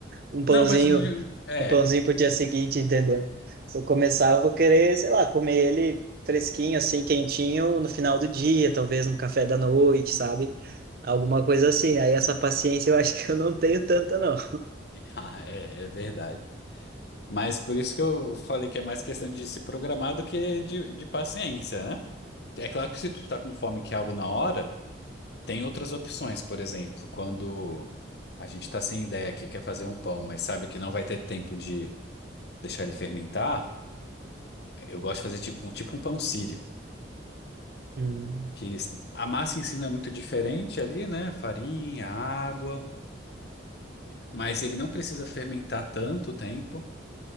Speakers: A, on the right; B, on the left.
A: um pãozinho,
B: Não, mas eu não digo. É.
A: um pãozinho
B: <laughs>
A: pro dia seguinte, entendeu? Se eu começar, eu vou querer, sei lá, comer ele fresquinho, assim, quentinho, no final do dia, talvez no café da noite, sabe? Alguma coisa assim. Aí essa paciência eu acho que eu não tenho tanta, não.
B: Ah, é, é verdade. Mas por isso que eu falei que é mais questão de se programar do que de, de paciência, né? É claro que se tu tá com fome e quer algo na hora, tem outras opções. Por exemplo, quando a gente tá sem ideia aqui, quer fazer um pão, mas sabe que não vai ter tempo de deixar ele fermentar, eu gosto de fazer tipo, um- tipo um pão sírio,
A: Hum.
B: que a massa em si não é muito diferente ali, né? Farinha, água, mas ele não precisa fermentar tanto tempo.